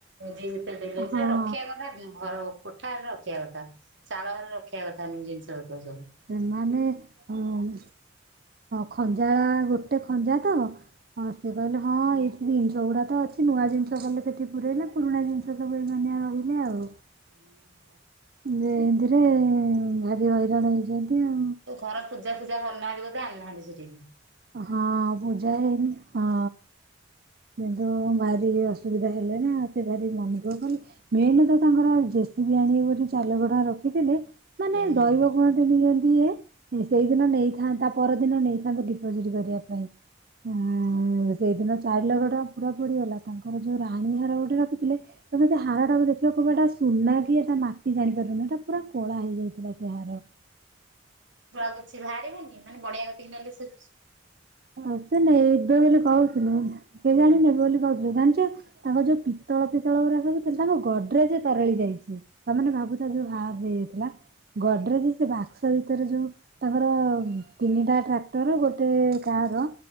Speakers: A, on the right; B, on the right.
A: ଷ ଦେଲେ
B: ହଁ
A: ସେଇଟା ରଖିଆ କଥା ଘର ଓ କୋଠାଘରେ ରଖିବା କଥା। ଚାଳ ଘରେ ରଖିବା କଥା ନୁହେ ଜିନିଷ ପତର।
B: ସେମାନେ ଉମ୍ ଖଞ୍ଜାଳା ଗୋଟେ ଖଞ୍ଜା ତ, ସିଏ କହିଲେ ହଁ ଏଠି ଜିନିଷ ଗୁଡ଼ା ତ ଅଛି ନୂଆ ଜିନିଷ କଲେ ସେଠି ପୂରେଇଲେ ପୁରୁଣା ଜିନିଷ ସବୁ ଏଇ ମାନିଆ ରହିଲେ ଆଉ।
A: ହଁ ଉଁ ଉଁ
B: ଯେ ଏନ୍ତିରେ ଭାରି ହଇରାଣ ହେଇଚନ୍ତି ଆଉ।
A: ଯୋଉ ଘର ପୂଜା ଫୂଜା କରିନାହାଁନ୍ତି ବୋଧେ ଆଣିନାହାଁନ୍ତି ସିଠିକି।
B: ହଁ ପୂଜା ହେଇନି ହଁ। କିନ୍ତୁ ଭାରି ଅସୁବିଧା ହେଲେ ନା, ସେ ଭାରି ମନଦୁଃଖ କଲେ, ମେନ ତ ତାଙ୍କର ଜେସି ବି ଆଣିବେ ବୋଲି ଚାରିଲକ୍ଷ ଟଙ୍କା ରଖିଥିଲେ, ମାନେ
A: ଏମାନେ
B: ଦଇବ କୁହନ୍ତିନି ଯେନ୍ତି କିଏ? ସେଇଦିନ ନେଇଥାନ୍ତା, ତା ପରଦିନ ନେଇଥାନ୍ତୁ ଡିପୋଜିଟ କରିବା ପାଇଁ। ହଁ ସେଇଦିନ ଚାରି ଲକ୍ଷ ଟଙ୍କା ପୁରା ପୋଡ଼ିଗଲା। ତାଙ୍କର ଯୋଉ ରାଣୀ ହାର ଗୋଟେ ରଖିଥିଲେ, ତମେ ସେ ହାରଟାକୁ ଦେଖିବ ତୁ କହିବୁ ଏଟା ସୁନା କି, ଏଟା ମାଟି ଜାଣିପାରୁନି। ଏଇଟା ପୁରା କଳା ହେଇଯାଇଥିଲା ସେ ହାର।
A: ସେଥିରୁ ଆଉ କିଛି ବାହାରିବନି, ମାନେ ବଣିଆ କତିକି ନେଲେ ସେ ସୁ
B: ହଁ ସେ ନେ ବେ ବେଲି କହୁଥିଲେ, କେଜାଣି
A: ହୁଁ
B: ନେବେ ବେଲି କହୁଥିଲେ ଯୋଉ ଜାଣିଚ, ତାଙ୍କ ଯୋଉ ପିତ୍ତଳ ଫିତ୍ତଳ ଗୁରାକ ସବୁ ତାଙ୍କ ଗଡ଼ରେଜେ ତରଳି ଯାଇଛି। ତା ମାନେ ଭାବୁଥା ଏତା ଯୋଉ ହାର ନେଇଯାଇଥିଲା, ଗଡରେଜ୍ ସେ ବାକ୍ସ ଭିତରେ ଯୋଉ ତାଙ୍କର ତିନିଟା ଟ୍ରାକ୍ଟର, ଗୋଟେ କାର,